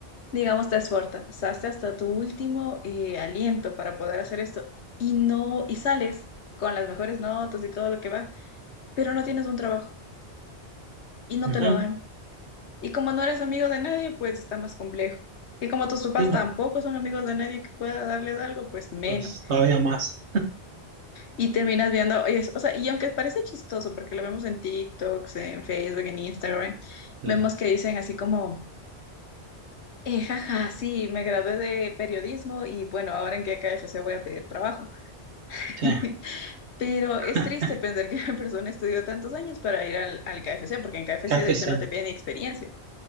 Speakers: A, on the left (about 80°); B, on the right (about 80°).
A: digamos, te esforzaste hasta tu último eh, aliento para poder hacer esto, y no, y sales con las mejores notas y todo lo que va, pero no tienes un trabajo y no
B: Ujú.
A: te lo dan. Y como no eres amigo de nadie, pues está más complejo. Y como tus papás
B: Sí, no,
A: tampoco son amigos de nadie que pueda darles algo, pues menos.
B: pues todavía más.
A: Y terminas viendo, es- o sea, y aunque parece chistoso, porque lo vemos en TikToks, en Facebook, en Instagram,
B: Claro.
A: vemos que dicen así como, eh, jaja, sí, me gradué de periodismo y bueno, ahora en qué KFC voy a pedir trabajo.
B: Sí.
A: <laughs> Pero es
B: <laughs>
A: triste pensar que <laughs> una persona estudió tantos años para ir al, al KFC, porque en KFC
B: KFC.
A: de hecho no te piden ni experiencia.